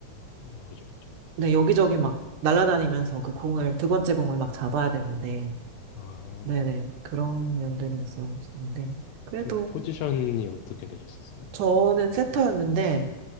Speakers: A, on the left; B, on the right.
A: 아, 그죠, 그죠.
B: 네, 여기저기 막 날아다니면서 그 공을, 두 번째 공을 막 잡아야 되는데,
A: 네. 아,
B: 네네,
A: 네.
B: 그런 면들이 있었는데, 그래도
A: 혹시 포지션이 어떻게 되셨었어요?
B: 저는 세터였는데,